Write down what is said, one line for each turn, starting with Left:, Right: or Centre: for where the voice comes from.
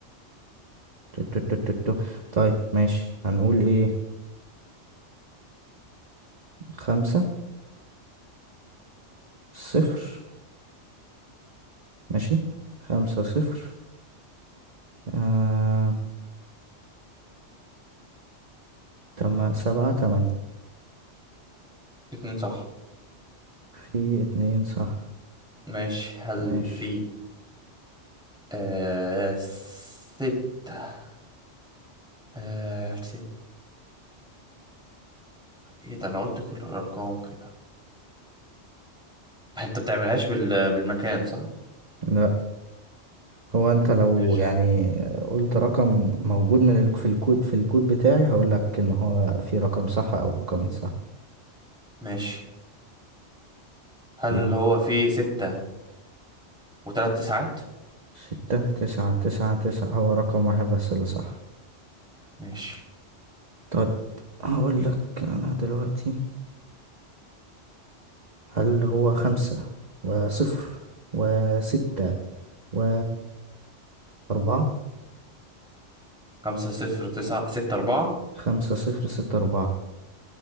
Right: تو- تو- تو- تو- تو. طيب ماشي هنقول ايه خمسة صفر ماشي خمسة صفر آه تم سبعة تمانية
Centre: اتنين صح
Right: في اتنين صح
Centre: ماشي هل
Right: ماشي
Centre: في آه ستة آه ستة ايه ده انا قلت كل الارقام كده انت بتعملهاش بال... بالمكان صح
Right: لا هو انت لو
Centre: ماشي
Right: يعني قلت رقم موجود من ال- في الكود في الكود بتاعي هقولك ان هو في رقم صح او رقمين صح
Centre: ماشي هل
Right: اوكي
Centre: هو فيه ستة وتلات تسعات
Right: ستة تسعة تسعة تسعة هو رقم واحد بس اللي صح
Centre: ماشي
Right: طيب هقول لك أنا دلوقتي هل هو خمسة وصفر وستة و أربعة
Centre: خمسة صفر تسعة ستة أربعة
Right: خمسة صفر ستة أربعة